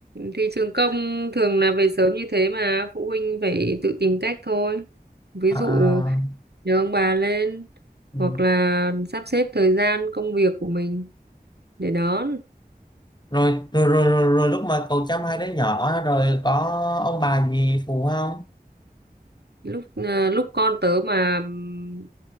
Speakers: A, on the right (about 85°); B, on the left (about 25°).
A: thì trường công thường là về sớm như thế mà phụ huynh phải tự tìm cách thôi ví
B: à,
A: dụ
B: à,
A: nhờ ông bà lên
B: ừ.
A: hoặc là sắp xếp thời gian công việc của mình để đón
B: rồi, rồi, rồi rồi rồi lúc mà cậu chăm hai đứa nhỏ rồi có ông bà gì phụ không
A: lúc à, lúc con tớ mà ừm,